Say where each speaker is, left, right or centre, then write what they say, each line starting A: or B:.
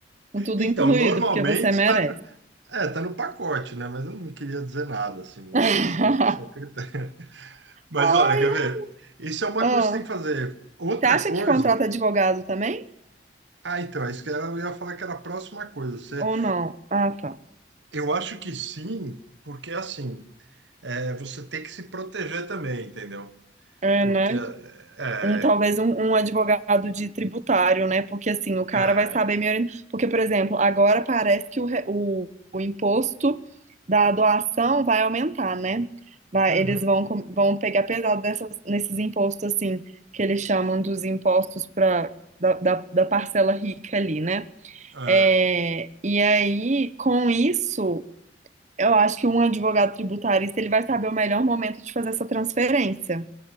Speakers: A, on the right; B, on the right.
A: Um tudo
B: Então,
A: incluído,
B: normalmente
A: porque você merece.
B: tá, no- é, tá no pacote, né? Mas eu não queria dizer nada, assim, vou deixar
A: <laughs>
B: só isso com o secretário. Mas
A: Ai,
B: olha, quer ver? Isso é uma
A: ah,
B: coisa que você tem que fazer. Outra
A: você acha
B: coisa.
A: que contrata advogado também?
B: Ah, então, é isso que era- eu ia falar que era a próxima coisa. Você,
A: Ou não? Ah, tá.
B: eu acho que sim, porque assim, é, você tem que se proteger também, entendeu?
A: É,
B: Porque
A: né?
B: é,
A: Um, talvez um, um advogado de tributário, né? Porque assim, o cara
B: é, é,
A: vai saber me orientar. Porque, por exemplo, agora parece que o, re- o, o imposto da doação vai aumentar, né? Vai,
B: uhum,
A: eles vão, com- vão pegar pesado nessas, nesses impostos, assim, que eles chamam dos impostos pra, da, da, da parcela rica ali, né?
B: é,
A: É, e aí, com isso, eu acho que um advogado tributarista ele vai saber o melhor momento de fazer essa transferência.